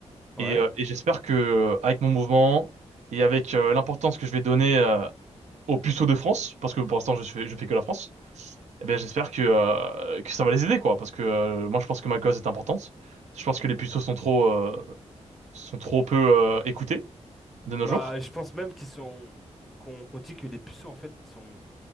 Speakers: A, in the centre; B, on the right.
A: Ouais.
B: Et, euh, et j'espère que euh, avec mon mouvement et avec euh, l'importance que je vais donner euh, aux puceaux de France, parce que pour l'instant, je fais, je fais que la France eh bien, j'espère que, euh, que ça va les aider, quoi, parce que euh, moi, je pense que ma cause est importante. Je pense que les puceaux sont trop, euh, sont trop peu euh, écoutés de nos
A: Bah
B: jours.
A: je pense même qu'ils sont qu'on qu'on dit que les puceaux en fait sont